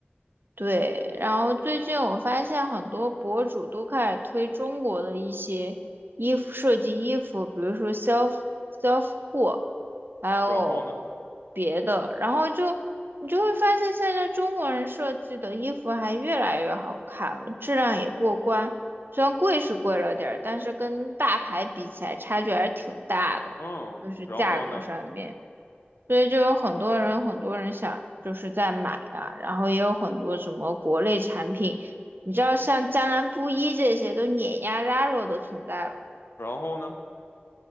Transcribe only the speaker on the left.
然后呢？
嗯，
然后呢？
然后呢？